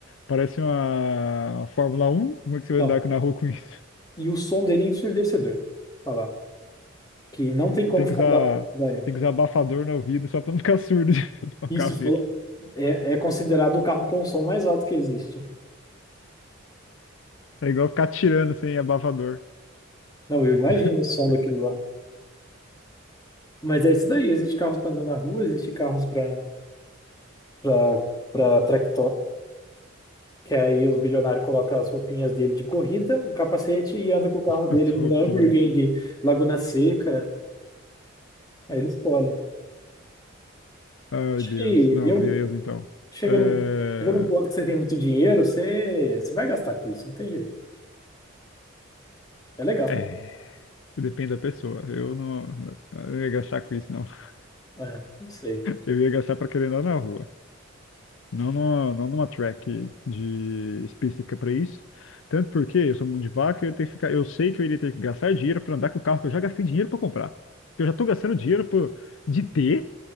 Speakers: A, on the left; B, on the left.
A: parece uma Fórmula Um, Como é que você vai
B: Não.
A: andar na rua com isso?
B: E o som dele é ensurdecedor. Falar. Que não tem
A: Você
B: como
A: tem que
B: ficar
A: usar,
B: do lado
A: você
B: do Honda R.
A: tem que usar abafador no ouvido só pra não ficar surdo <laughs> de um
B: Isso
A: carro desse.
B: falou- é, é considerado o carro com som mais alto que existe.
A: É igual ficar tirando sem abafador
B: Não, eu imagino
A: <laughs>
B: o som daquilo lá. Mas é isso daí. Existe carros para andar na rua, existe carros para para para track Que aí os bilionários colocam as roupinhas dele de corrida, o capacete e anda com o carro dele
A: as
B: em
A: roupinhas.
B: Nürburgring, Laguna Seca. Aí ele escolhe.
A: Ai,
B: Acho
A: Deus.
B: que
A: Não,
B: eu
A: beleza, então.
B: chega
A: É...
B: num, chega num ponto que você tem muito dinheiro, você, você vai gastar com isso, não tem jeito. É legal.
A: é. Depende da pessoa. Eu não, eu ia gastar com isso, não. <laughs>
B: É, não sei.
A: Eu ia gastar para querer andar na rua. Não numa, não numa track de específica para isso. Tanto porque eu sou mão de vaca, eu tenho que ficar, eu sei que eu iria ter que gastar dinheiro para andar com o carro que eu já gastei dinheiro para comprar. Eu já estou gastando dinheiro por, de ter,